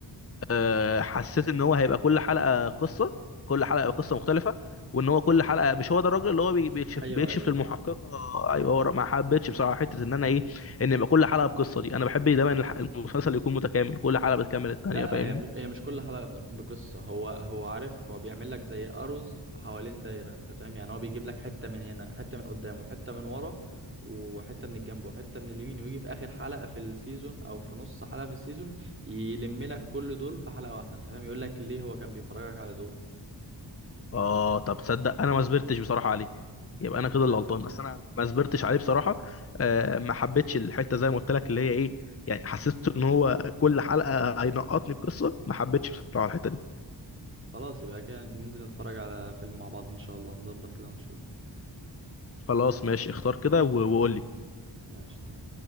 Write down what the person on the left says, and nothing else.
أه حسيت ان هو هيبقى كل حلقه قصه كل حلقه قصه مختلفه وان هو كل حلقه مش هو ده الراجل اللي هو بي- بيكشف
بيكشف
للمحققه ايوه هو ما حبيتش بصراحه حته ان انا ايه ان يبقى كل حلقه بقصه دي انا بحب دايما الح- المسلسل يكون متكامل كل حلقه بتكمل الثانيه
فاهمني
اه طب تصدق انا ما صبرتش بصراحه عليه يبقى
انا كده
اللي غلطان بس انا ما صبرتش عليه بصراحه آه ما حبيتش الحته زي ما قلت لك اللي هي ايه يعني حسيت ان هو كل حلقه هينقطني القصه ما حبيتش بصراحه الحته دي
خلاص ماشي اختار كده و- وقول لي